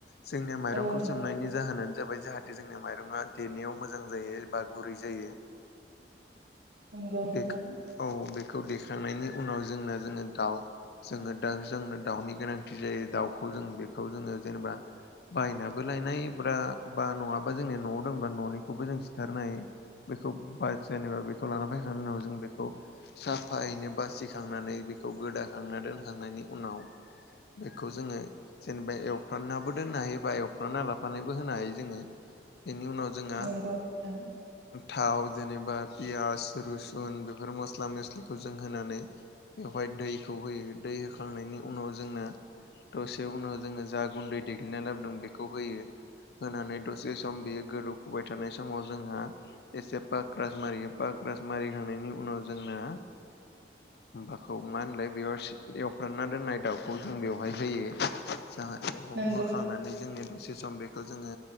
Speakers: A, on the left; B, on the right.
A: जोंनिया माइरंखौ
B: नोंथां औ नोंथां
A: सोमनायनि जाहोनानो जाबाय जाहाथे बि जोंनि माइरङा देनायाव मोजां जायो बा गुरै जायो
B: नंगौ नोंथां
A: बेखो औ बेखौ देखांनायनि उनाव जोंना जोङो दाउ जोङो दा जोंनो दाउनि गोनांथि जायो दाउखौ जों बेखौ जोङो जेनेबा बायनाबो लायनाय ब्रा बा नङाबा जोंनि न'आव दंबा न'निखौबो जों सिथारनो होयो बेखौ बा जेनेबा बेखौ लाना फायखांनायनि उनाव जों बेखौ साफायैनो बासिखांनानै बेखौ गोदाखांना दोनखांनायनि उनाव बेखौ जोङो जेनेबा एवफ्राम नाबो दोनना हायो बा एवफ्रामना लाफानानैबो होनो हायो जोङो बेनि उनाव जोंहा
B: नंगौ नोंथां
A: थाव जेनेबा पियास रुसुन बेफोर मस्ला मस्लिखौ जों होनानै बेवहाय दैखौ होयो दै होखांनायनि उनाव जोंना दसे उनाव जोङो जा गुन्दै देग्लिना लाबोदों बेखौ होयो होनानै दसे सम बेयो गोदौफुबाय थानाय समाव जोंहा एसे पाक्रास मारियो पाक्रास मारिखांनायनि उनाव जोंना माबाखौ नङा होनलाय बेयाव सो बिदि एवफ्राना दोननाय दाउखौ जों बेवहाय होयो जाहा बेयाव होखा
B: नंगौ
A: खांनानै जोंनि दसे सम बेखौ जोङो